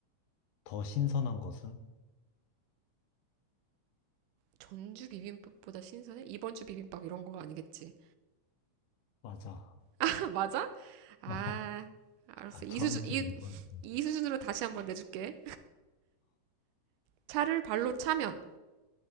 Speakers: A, on the left; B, on the right.
A: 더 신선한 것은
B: 전주 비빔밥보다 신선해? 이번 주 비빔밥 이런 거 아니겠지?
A: 맞아.
B: <laughs> 맞아? 아,
A: 어,
B: 알았어.
A: <laughs>
B: 이
A: 전주
B: 수준, 이,
A: 2번.
B: 이 수준으로 다시 한번 내줄게. 차를 발로 차면